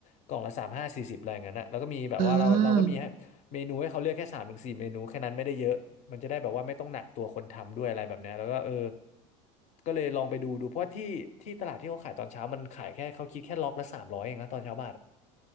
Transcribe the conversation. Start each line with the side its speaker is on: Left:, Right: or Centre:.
Left: กล่องละสามห้าสี่สิบอะไรอย่างนั้นนะแล้วก็มีแบบว่าเราเราก็มี
Right: อืม
Left: เมนูให้เขาเลือกแค่สามถึงสี่เมนูแค่นั้นไม่ได้เยอะมันจะได้แบบว่าไม่ต้องหนักตัวคนทำด้วยอะไรแบบเนี้ยแล้วก็เออก็เลยลองไปดูดูเพราะว่าที่ที่ตลาดที่เขาขายตอนเช้ามันขายแค่เขาคิดแค่ล็อกละสามร้อยเองนะตอนเช้าบาทอะ